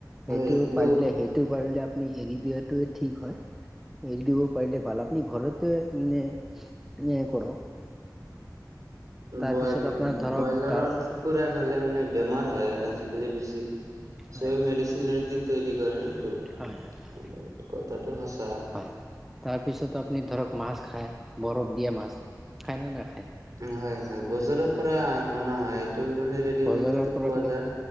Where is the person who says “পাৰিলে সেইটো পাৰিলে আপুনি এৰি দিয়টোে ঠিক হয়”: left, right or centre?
Centre